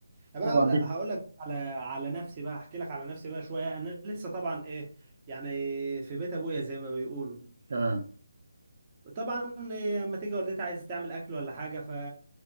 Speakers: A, on the right; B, on the right.
A: طب انا
B: طبعا
A: هقول لك
B: دي
A: هقول لك على على نفسي بقى احكي لك على نفسي بقى شويه انا لسه طبعا ايه يعني في بيت ابويا زي ما بيقولوا
B: تمام
A: طبعا آه، اما تيجي والدتي عايز تعمل اكل ولا حاجه ف